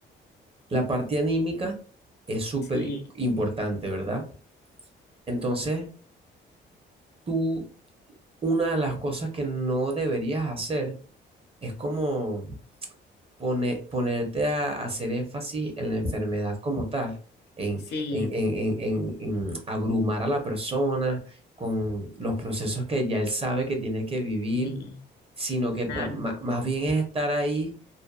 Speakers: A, on the right; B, on the left.
A: la parte anímica es súper
B: Sí,
A: importante, ¿verdad? Entonces, tú, una de las cosas que no deberías hacer es como pone- ponerte a hacer énfasis en la enfermedad como tal, en,
B: sí,
A: en, en, en, en- en abrumar a la persona con los procesos que ya él sabe que tiene que vivir,
B: sí,
A: sino que ta-
B: claro,
A: ma- más bien es estar ahí